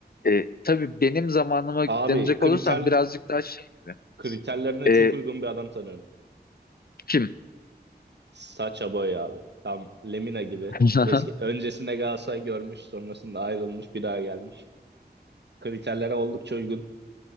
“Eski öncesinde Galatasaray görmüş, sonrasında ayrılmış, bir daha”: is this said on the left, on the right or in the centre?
Right